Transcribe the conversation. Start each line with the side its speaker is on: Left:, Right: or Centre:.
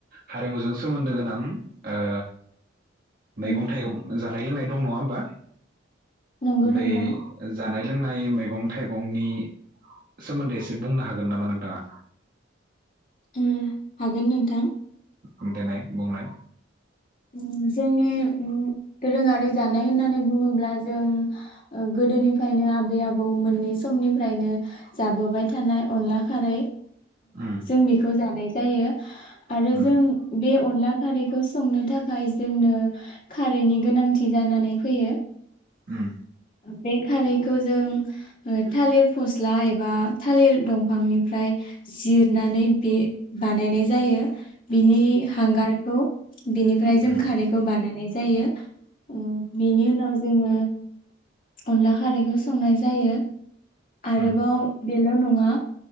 Right: हारिमुजों सोमोन्दो गोनां ओ मैगं
Left: उम
Right: थाइगं जा जानाय लोंनाय दं नङा होमबा
Left: नंगौ
Right: बे
Left: नोंथां।
Right: ज जानाय लोंनाय मैगं थाइगंनि सोमोन्दै एसे बुंनो हागोन नामा नोंथाङा?
Left: उम हागोन नोंथां
Right: उम देनाय बुंनाय
Left: ओ जोंनि दोरोङारि जानाय होननानै बुङोब्ला जों गोदोनिफ्रायनो आबै आबौ मोननै समनिफ्रायनो जाबोबाय थानाय अनला खारै
Right: उम
Left: जों बेखौ जानाय जायो आरो
Right: उम
Left: जों बे अनला खारैखौ संनो थाखाय जोंनो खारैनि गोनांथि जानानै फैयो
Right: उम
Left: बे खारैखौ जों ओ थालिर फस्ला एबा थालिर दंफांनिफ्राय जिरनानै बे बानायनाय जायो बिनि हांगार बिनिफ्राय जों
Right: उम
Left: खारैखौ बानायनाय जायो उम बिनि उनाव जोङो अनला खारैखौ संनाय जायो आरोबाव
Right: उम
Left: बेल नङा